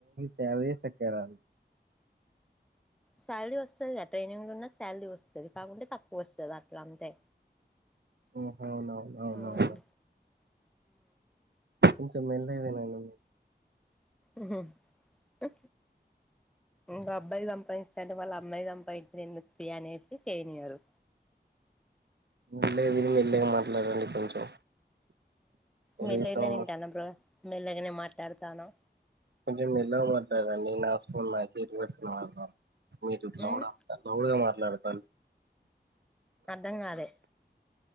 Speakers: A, on the right; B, in the centre.
A: సర్వీస్ ఎక్కరల్
B: శాలరీ వస్తదిగా ట్రైనింగ్ లో ఉన్న శాలరీ వస్తది కాకుంటే తక్కువ వస్తది అట్లా అంతే
A: ఓహో నా అవునవును
B: మ్మ్
A: కొంచెం మెల్లగా తినండి
B: ఉహు హ ఇంకా అబ్బాయి సంపాదిస్థాంటే వాళ్ళ అమ్మాయి సంపాదించేది ఎందుకు తీ అనేసి చేయనియారు
A: మెల్లగా తిని మెల్లగా మాట్లాడండి కొంచెం
B: మెల్లగానే
A: రీసౌండ్
B: తింటానం బ్రో మెల్లగానే మాట్లాడతానం
A: కొంచెం మెల్లగా మాట్లాడండి నా ఫోన్ నాక్ రివర్స్ లో విన్ మీరు ఇట్లా
B: మ్మ్
A: గూడా అంత రూడ్ మట్లాడతర్
B: అర్ధం కాలే